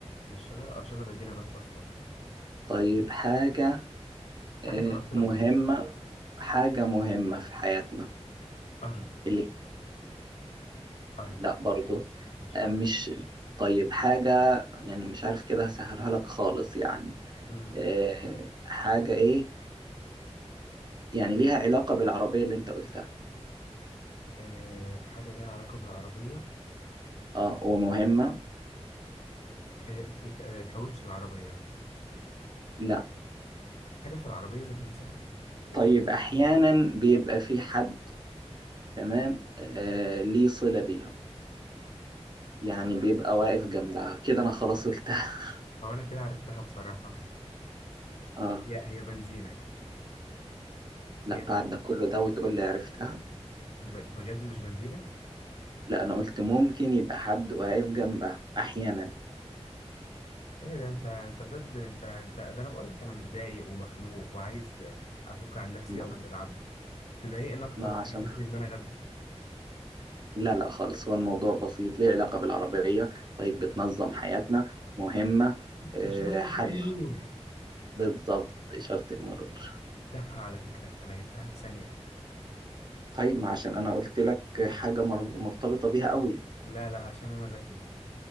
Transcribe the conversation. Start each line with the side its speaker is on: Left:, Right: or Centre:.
Left: مش شجرة اه شجرة دي نبات أصلا
Right: طيب حاجة آه،
Left: حاجة من عند ربنا
Right: مهمة حاجة مهمة في حياتنا
Left: أرض
Right: اللي
Left: أرض
Right: لا برضو
Left: مش
Right: آه،
Left: أرض
Right: مش طيب حاجة يعني مش عارف كده هسهلها لك خالص يعني
Left: مم.
Right: آه، حاجة إيه يعني ليها علاقة بالعربية اللي انت قلتها
Left: آه، حاجة ليها علاقة بالعربية
Right: اه ومهمة
Left: آه، ك- آه، كاوتش العربية
Right: لا
Left: حاجة في العربية ذات نفسها ولا
Right: طيب احيانا
Left: <laughs> مش علاقة
Right: بيبقى في حد تمام آه ليه صلة بيها يعني بيبقى واقف جنبها كده انا خلاص قلتها <laughs>
Left: أو أنا كده عرفتها بصراحة
Right: اه
Left: هي هي بنزينة
Right: لا
Left: هي
Right: بعد
Left: مش
Right: ده كله ده وتقول لي عرفتها
Left: ب- بجد مش بنزينة
Right: لا انا قلت ممكن يبقى حد واقف جنبها احيانا
Left: إيه ده أنت أنت بجد أنت أنت ده أنا بقول لك أنا متضايق ومخنوق وعايز أفك عن نفسي
Right: ما,
Left: يلا نلعب تضايقني أكتر
Right: ما
Left: وتحسسني
Right: عشان
Left: إن أنا غبي
Right: لا لا خالص هو الموضوع بسيط ليه علاقة بالعربية طيب بتنظم حياتنا مهمة آه
Left: إشارة
Right: حد
Left: المرور
Right: بالظبط إشارة المرور
Left: تافهة على فكرة أنا جبتها في ثانية
Right: طيب ما عشان انا قلت لك حاجة مر- مرتبطة بيها قوي
Left: لا لا عشان أنا ذكي